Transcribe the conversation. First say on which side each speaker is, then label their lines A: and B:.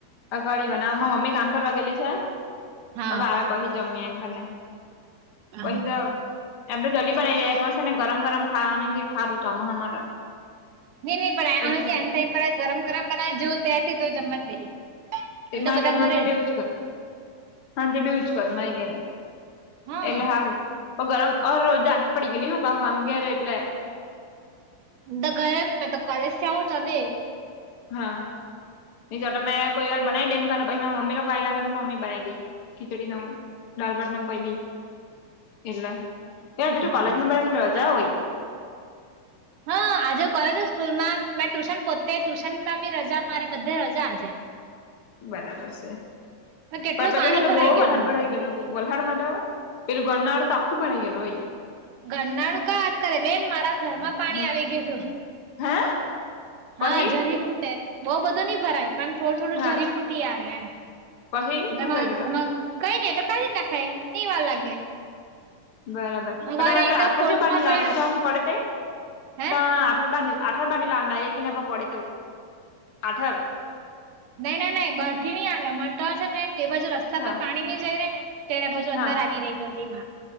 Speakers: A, on the left (about 50°); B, on the right (about 70°).
A: અગળવા નારા મમ્મી કામ કરવા ગેલી છે
B: હા
A: હવે આવે પહી જમીએ ક ને
B: હા
A: પહી તો એમ તો જલ્દી બનાવી દે એ પલ્સ ને ગરમ ગરમ ખાવાની ખારું ચોમાસા માટે
B: નઈ નહીં પણ
A: એટલે
B: અમે બી એન્ડ ટાઈમ પર જ ગરમ ગરમ બનાવા જોવ તયારથી તો જમવા જ દઈ
A: તી
B: હાલ તો
A: માગે
B: બધા
A: હાજે
B: ઘરે
A: બી એવુ જ કરું હાજે બી એવુ જ કરું <unintelligible>
B: હા
A: એટલે સારું ગરમ હરોજ દ જ પડી ગયેલી હા બાહુ આમ ઘેે એટલે
B: તો ઘરે તો કોલેજ છે ઉઠો દ
A: હા ને જો તમે કોઈ વાાર બનાવી દે એમર પછી મા મમી લોકો કઈ લાગે તો મમ્મી બનાઈ દઈ ખીચડી નું લરબટને કી એટલે એજ તું
B: હા
A: કોલેજ માં પડે રજા હોય
B: હા આજે કોલેજ હો સ્કૂલમાં મે ટ્યુશન પોતે ટ્યુશનમાં બી રજા મારે બધે રજા આજે
A: બરાબર છે
B: કેટલું
A: પણ પેલું
B: પાણી
A: હ તો
B: ભરાઈ
A: બહ વાર
B: ગયેલું
A: હાથભળઈ ગ વલહાડ તો પેલું ગનાડ તો આખું ભરાઈ ગલું હોઈ
B: ઘરનારું કા વાત કરે બેન મારા ઘરમાં પાણી
A: હમ
B: આવી ગયેલું
A: હે
B: હા
A: પહી
B: જરી ફૂટેે બઉ બધું નહી ભરાય પણ થોડું થોડું
A: હા
B: જરી ફૂટી આવે એમમાં
A: પહી હું કર્યું
B: આમાં
A: તા
B: કઈ નને તો કાઢી નાખાય નહીઈ વાર લાગે
A: બરાબર પ
B: હવારે
A: તમામેરે
B: એકદમ
A: કઈ આઠવાજો
B: ફોર્સમાં
A: ભાડી લન
B: પડ્યો
A: તથી પડે તે
B: હે
A: ત આઠાર બાંધ આઠાર બાંધલા અ ડાય નવ પડે તું આઠાર
B: નઈ ના નઈં બેઠી નઈં આવ્યા મટા છે ન તે બાજુ રસ્તા
A: હા
B: પર પાણી નહી જાય રે ને ત્યારે પછુ અંદર
A: હા
B: આવી રહી ગંધીમાં